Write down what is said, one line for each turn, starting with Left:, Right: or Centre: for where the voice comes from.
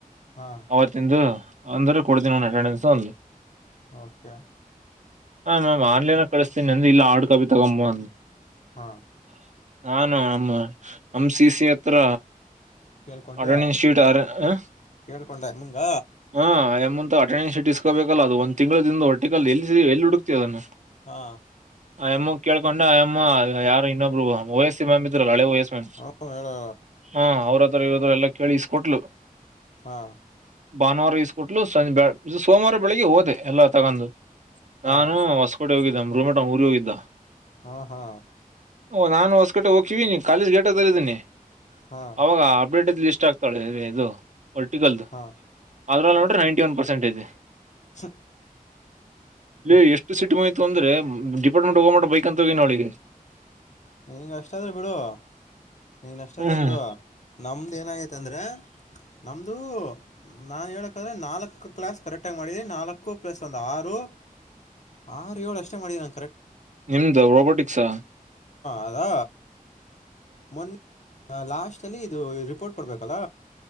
Left: ಹಾ
Right: ಅವತ್ತಂದು ಅಂದ್ರೆ ಕೊಡ್ತನ ಒನ್ ಅಟೆಂಡೆನ್ಸ್ ಒಂದು
Left: ಓಕೆ
Right: ಹಾ ಮ್ಯಾಮ್ ಆನ್ಲೈನ್ ಕಳಿಸತೀನಿ ನಂದು ಇಲ್ಲ ಆರ್ಡ್ ಕಾಪಿ ತಗೊಂಬ ಅಂದು
Left: ಹಾ
Right: ನಾನು ಅಮ್ಮ ನಮ್ ಸಿ ಸಿ ಹತ್ರ
Left: ಕೇಳ್ಕೊಂಡೆ
Right: ಅ ಇಟಿಟ್ಯಟ್ ಆ ಹ
Left: ಕೇಳ್ಕೊಂಡೆ ನಿಂಗ
Right: ಹ ಎಂತ ಟೈನ್ ಸಿಟಸ್ೋಬೇಕಲ್ಲ ಅದು ಒ ತಿಂಗಳದಿಂದ ಹೊಟ್ಟೆಗಾಲ ಎಲ್ಲಿ ಎಲ್ಲಿ ಹುಡುಕ್ತಿವಿದನ್ನು
Left: ಹಾ
Right: ಆ ಎಮ ಕೇಳ್ಕೊಂಡು ಅಯಮ್ಮ ಯಾರ ಇನ್ನೊಬ್ರು ವಯಸ್ಸ ಮ್ಯಾಮ್ ಇದ್ರಲ್ಲ ಹಳೆ ವಯಸ್ ಮ್ಯಾಮ್
Left: ಹ್ಮ ಹೇಳು
Right: ಹಾ ಅವ್ರತ್ರ ಇರೋದ್ರ ಎಲ್ಲ ಕೇಳ ಇಸ್ಕೊಟ್ಲು
Left: ಹಾ
Right: ಭಾನುವಾರ ಈಸ್ಕೊಟ್ಲು ಸಂಜ್ ಬೆ ಸೋಮವಾರ ಬೆಳಿಗ್ಗೆ ಹೋದೆ ಎಲ್ಲ ತಗೊಂಡು
Left: ಹಾ
Right: ನಾನು ಹೊಸಕೋಟೆ ಹೋಗಿದ್ದೆ ರೂಮೇಟ ಊರಿಗೆ ಹೋಗಿದ್ದ
Left: ಹ್ಮ ಹಾ
Right: ಓ ನಾನು ಹೊಸಕಟ್ಟೆ ಹೋಗ್ತೀಿವಿ ನೀ ಕಾಲೇಜ್ ಗೇಟ ಇದಿದ್ದೀನಿ
Left: ಹಾ
Right: ಅವಾಗ ಅಪ್ಡೇಟ್ ಲಿಸ್ಟ್ ಆಗ್ತಾಳೆ ಇದು ಪರ್ಟಿಕಲ್
Left: ಹಾ
Right: ಅದ್ರಲ್ಲಿ ನೋಡ್ರೆ ನೈಂಟಿ ಒನ್ ಪರ್ಸೆಂಟ್ ಇದೆ
Left: ಚೆ
Right: ಇಲ್ಲಿ ಎಷ್ಟು ಸೀಟು ಮಾಡಯ್ತು ಅಂದ್ರೆ ಡಿಪಾರ್ಟ್ಮೆಂಟ್ ಹೋಗೋ ಮಾಡ ಬೈಕ್ ಅಂತ ಹೋಗನ ಅವಳಿಗೆ
Left: ನೀಂಗ ಅಷ್ಟಾದ್ರೆ ಬಿಡು ನೀನ್ ಅಷ್ಟಾದ್ರೆ
Right: ಹ್ಮ್
Left: ಬಿಡು ನಮ್ದ್ ಏನ ಆಯ್ತಂದ್ರ ನಮ್ದು ನಾನ್ ಹೇಳಕ್ಂದ್ರೆ ನಾಲ್ಕ್ು ಕ್ಲಾಸ್ ಕರೆಕ್ಟ್ ಆಗಿ ಮಾಡಿದಿ ನಾಲ್ಕು ಪ್ಲಸ್ ಒಂದ್ ಆರು ಆರು ಏಳು ಅಷ್ಟೇ ಮಾಡಿದಂ
Right: ನಿಮ್ದು ರೋಬೊಟಿಕ್ಸಾ
Left: ಅದಾ ಮೊನ್ನೆ ಲಾಸ್ಟ್ ಅಲ್ಲಿ ಇದು ರಿಪೋರ್ಟ್ ಕೊಡ್ಬೇಕಲ್ಲ